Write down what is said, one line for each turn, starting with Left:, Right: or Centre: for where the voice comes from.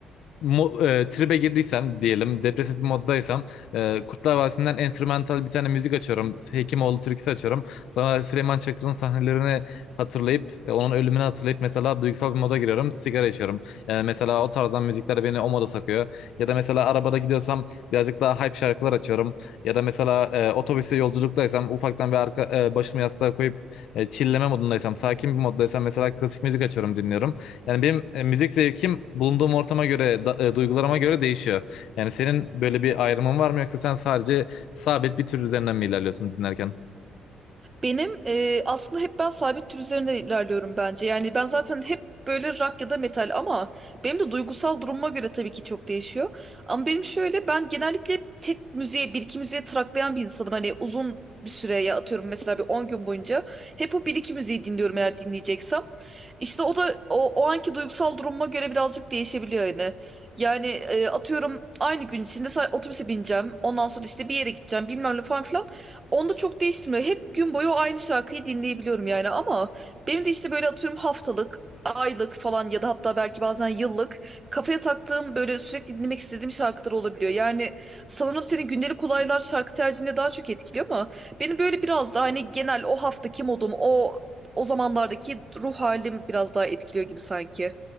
Left: mo- e, tribe girdiysem diyelim depresif bir moddaysam e, Kurtlar Vadisi'nden enstrümantal bir tane müzik açıyorum. Hekimoğlu türküsü açıyorum. Sonra Süleyman Çakır'ın sahnelerini hatırlayıp e, onun ölümünü hatırlayıp mesela duygusal bir moda giriyorum. Sigara içiyorum. Yani mesela o tarzdan müzikler beni o moda sokuyor. Ya da mesela arabada gidiyorsam birazcık daha hype şarkılar açıyorum. Ya da mesela e, otobüste yolculuktaysam ufaktan bir arka, e, başımı yastığa koyup e, chill'leme modundaysam sakin bir moddaysam mesela klasik müzik açıyorum dinliyorum. Yani benim e, müzik zevkim bulunduğum ortama göre, da- e, duygularıma göre değişiyor. Yani senin böyle bir ayrımın var mı yoksa sen sadece sabit bir tür üzerinden mi ilerliyorsun dinlerken?
Right: Benim e, aslında hep ben sabit tür üzerinde ilerliyorum bence. Yani ben zaten hep böyle rock ya da metal ama benim de duygusal durumuma göre tabii ki çok değişiyor. Ama benim şöyle ben genellikle hep tek müziğe bir iki müziğe traklayan bir insanım. Hani uzun bir süre ya atıyorum mesela bir 10 gün boyunca hep o bir iki müziği dinliyorum eğer dinleyeceksem. İşte o da o, o anki duygusal durumuma göre birazcık değişebiliyor yani. Yani e, atıyorum aynı gün içinde sa- otobüse bineceğim. Ondan sonra işte bir yere gideceğim bilmem ne falan filan. Onda çok değiştirmiyor. Hep gün boyu aynı şarkıyı dinleyebiliyorum yani ama benim de işte böyle atıyorum haftalık, aylık falan ya da hatta belki bazen yıllık kafaya taktığım böyle sürekli dinlemek istediğim şarkılar olabiliyor. Yani sanırım seni gündelik olaylar şarkı tercihine daha çok etkiliyor ama benim böyle biraz daha hani genel o haftaki modum, o o zamanlardaki ruh halim biraz daha etkiliyor gibi sanki.